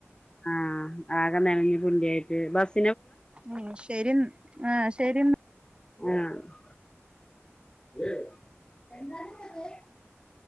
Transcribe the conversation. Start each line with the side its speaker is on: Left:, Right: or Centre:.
Left: ആഹ് ആകെ നനഞ്ഞ് പിണ്ടിയായ്ട്ട് ബസ്
Right: ഉം ശരിന്ന് ആഹ് ശെരിന്നാ
Left: ആഹ്